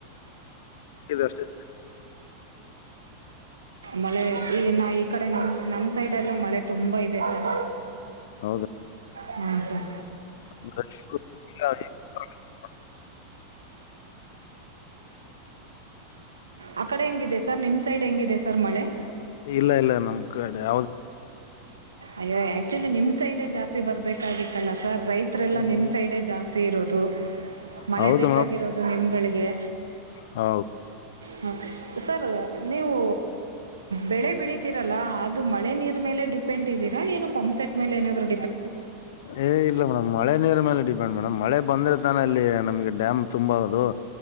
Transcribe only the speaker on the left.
ಅಷ್ಟೆ
ಹೌದ
ಅ
ಇಲ್ಲ ಇಲ್ಲ ನಮ್ ಕಡೆ ಯ್ದ
ಏ,
ಹೌದು
ಹೌ
ಏ ಇಲ್ಲ ಮೇಡಮ್ ಮಳೆ ನೀರ ಮೇಲೆ ಡಿ ಮೇಡಮ್ ಮಳೆ ಬಂದ್ರೆ ತಾನ ಅಲ್ಲಿ ನಮ್ಗೆ ಡಾಮ್ ತುಂಬ ಹದು